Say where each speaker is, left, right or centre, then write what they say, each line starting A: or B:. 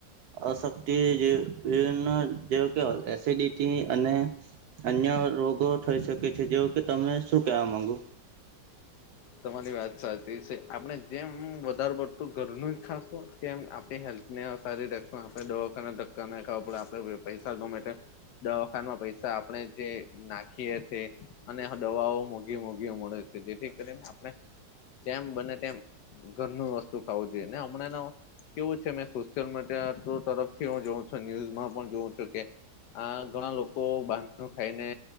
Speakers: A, on the right (about 70°); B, on the left (about 75°).
A: અશક્તિ જે વિભિન જે કે એસિડિટી અને અન્ય રોગો થઈ શકે છે જેવુ કે તમે શું કેવા માંગો
B: તમારી વાત સાચ પીરસે આપણે જેમ વધારે પડતું ઘરનું જ ખાશું તેમ આપણી હેલ્પનેસ સારી રહેશે આપણે દવાખાનાના ધક્કા નઈ ખાવા પડે આપડે પૈસા ગમે તેમ દવા ખાનમાં પૈસા આપણે જે નાખીએ તે અને દવાઓ મોઘી મોઘી મળે છે જેથી કરીને આપણે જેમ બને તેમ ઘરનું વસ્તુ ખાવું જોઈએ ને હમણાં નો કેવું છે મેં સોશિયલ મીડિયા તરફથી હું જોઉં છું ન્યુઝમાં પણ જોઉં છું કે આ ઘણા લોકો બારનું ખાઈને